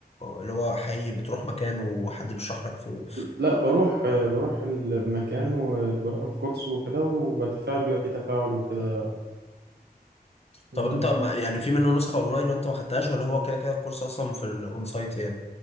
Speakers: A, on the left; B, on the right.
A: اللي هو حقيقي بتروح مكان وحد بيشرح لك في
B: لا بروح آه، بروح المكان وبروح الكورس وكده وبتفاعل بيبقى فيه تفاعل وكده
A: طب
B: مم.
A: انت ما- يعني في منه نسخة اونلاين وانت ما خدتهاش ولا هو كده كده الكورس اصلا في الاون سايت يعني